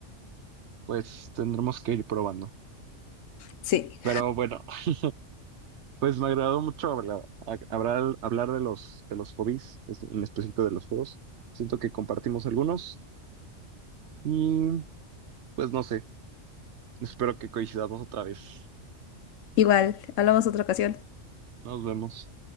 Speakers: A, on the right (about 70°); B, on the left (about 85°).
A: Pues tendremos que ir probando.
B: Sí.
A: Pero bueno, <laughs> pues me agradó mucho hablar, a- hablar, hablar de los, de los hobbies, es- en específico de los juegos. Siento que compartimos algunos y pues no sé, espero que coincidamos otra vez.
B: Igual, hablamos otra ocasión.
A: Nos vemos.